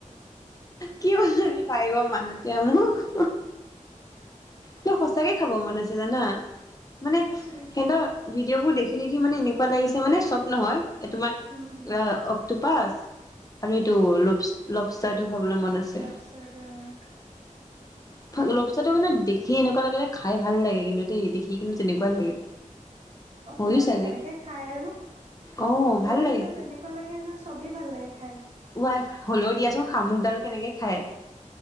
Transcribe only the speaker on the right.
চুই
উম
লবষ্টাৰটো অ
অ
সিহঁতে
যেনেকে খাই আৰু
দেখিলেতো
গছ এনে। কুৱা লাগে যে ছবেই ভাল লাগে খাই।